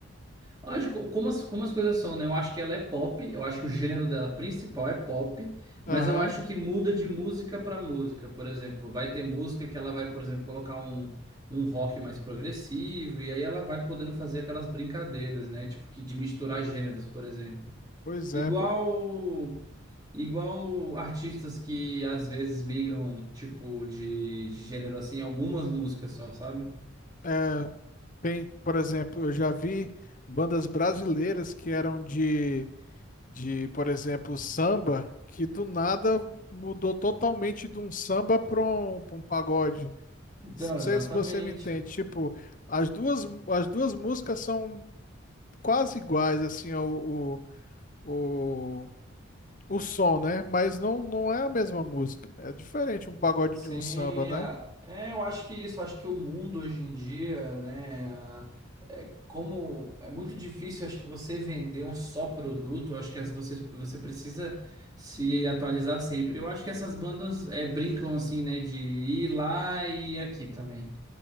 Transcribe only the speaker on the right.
Lógico, como as, como as coisas são, né? Eu acho que ela é pop, eu acho que o gênero dela principal é pop, mas
eu acho que muda de música para música. Por exemplo, vai ter música que ela vai, por exemplo, colocar um, um rock mais progressivo, e aí ela vai podendo fazer aquelas brincadeiras, né? Tipo, que de misturar gêneros, por exemplo.
Igual,
igual artistas que às vezes migram, tipo, de, de gênero assim, em algumas músicas só, sabe?
Então,
exatamente.
Sim,
a- é, eu acho que é isso, eu acho que o mundo hoje em dia, né, a- é, como é muito difícil, acho que você vender um só produto, eu acho que as- você, você precisa se atualizar sempre. Eu acho que essas bandas é, brincam assim, né, de ir lá e aqui também.